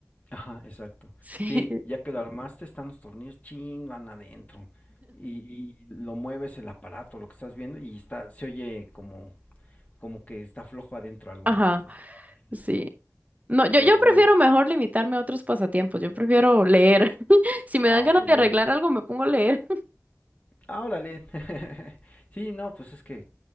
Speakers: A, on the left; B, on the right.
A: Ajá, exacto.
B: Sí,
A: Sí,
B: <laughs>
A: ya que lo armaste, están los tornillos, chin, van adentro. Y, y lo mueves el aparato, lo que estás viendo, y está, se oye como, como que está flojo adentro algo,
B: ajá,
A: ¿no? Entonces, ay, no.
B: sí. No, yo,
A: Pero
B: yo prefiero
A: bueno,
B: mejor limitarme a otros pasatiempos, yo prefiero leer. <laughs> Si me
A: ah,
B: dan
A: ok,
B: ganas
A: leer.
B: de arreglar algo, me pongo a leer.
A: Ah, órale. <laughs> Sí, no, pues es que